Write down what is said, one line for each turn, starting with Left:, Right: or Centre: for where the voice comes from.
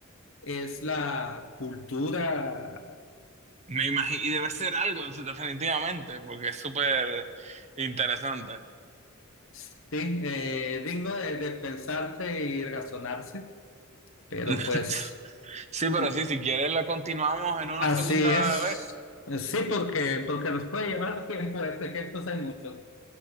Left: es la cultura,
Right: Me imagino, y debe ser algo, sí, definitivamente, porque es súper interesante.
Left: sí, eh, digno de, de pensarse y razonarse, pero
Right: <laughs>
Left: pues...
Right: Sí, pero
Left: eh,
Right: sí, si quieres la continuamos en una
Left: Así
Right: segunda
Left: es.
Right: vez.
Left: Eh, Sí, porque, porque nos puede llevar tiempo, este ejemplos hay muchos.